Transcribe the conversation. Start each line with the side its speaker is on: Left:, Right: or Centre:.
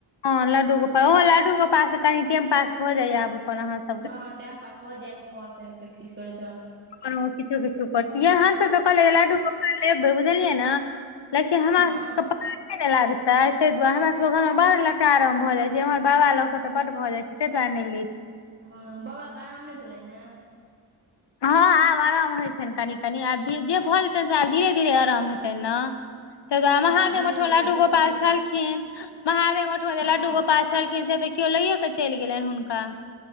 Left: हँ लड्डू गोपाल ओहो लड्डू गोपाल से कनि टाइम पास भऽ जाइया आब अपन आहाँ स।
Right: हँ टाइम पास भऽ जेएत भगवान सने किछ -किछ करैत रहलौ।
Left: कोनो <unintelligible> सब के कहलियै लड्डू गोपाल लेबैय बुझलियै न लेकिन हमरा
Right: हँ
Left: सब के। <unintelligible> नै ने लागतेै तैय दुआरे हमरा सब के घर मे बड लतटारम भऽ जाय छै हमर बाबा लऽ के तऽ बड भऽ जाय छै तैय दुआरे नै लेै।
Right: हँ बाबाके आराम नै भेलैन हेँ?
Left: हँ आब आराम होय छैन कनि -कनि आब जे भऽ जेतनि से आब धीरे धीरे आराम हेतैन नऽ। तैय दुआरे महादेवमठ
Right: हँ धीरे धीरे
Left: मे लड्डू
Right: बूढ़
Left: गोपाल
Right: छथिन
Left: छेलखिन।
Right: तऽ
Left: महादेव मठमे जे
Right: हँ
Left: लड्डू गोपाल छेलखिन से तऽ केओ लैये केऽ चैल गेलैन हुनका ‌।